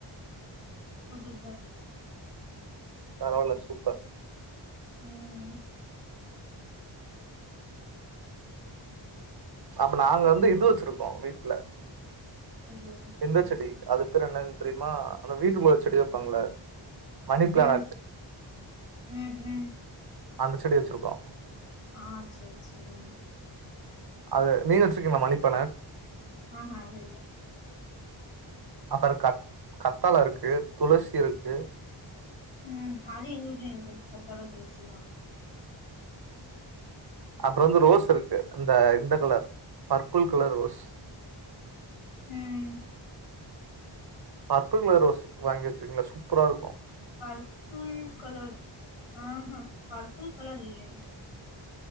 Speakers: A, on the left; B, on the right.
A: புத்துட்டு தாருக்
B: பரவால்ல சூப்பர்
A: ம்
B: அப்ப நாங்க வந்து இது வச்சிருக்கோ வீட்ல
A: இது
B: இந்த செடி அது பேரு என்னன்னு தெரியுமா அந்த வீட்டுக்குள்ள ஒரு செடி வைப்பாங்கள மணி பிளானட்
A: ம் ம் ம்
B: அந்த செடி வச்சிருக்கோ
A: ஆ செரி செரி
B: அது நீங்க வச்சிருக்கீங்களா மலிப்பண
A: ஆஹா அது இல்ல
B: அப்பற கத் கத்தால இருக்கு துளசி இருக்கு
A: ம் அது எங்க வூட்லயு இருக்கு கத்தால துளசி எல்லா
B: அப்புற வந்து ரோஸ் இருக்கு இந்த இந்த கலர் பர்ப்பிள் கலர் ரோஸ்
A: ம்
B: பர்பில் கலர் ரோஸ் வாங்கி வச்சிருக்கீங்கலா சூப்பரா இருக்கு
A: பர்பிள் கலர் ஆஹா பர்பிள் கலர் இல்லைண்டு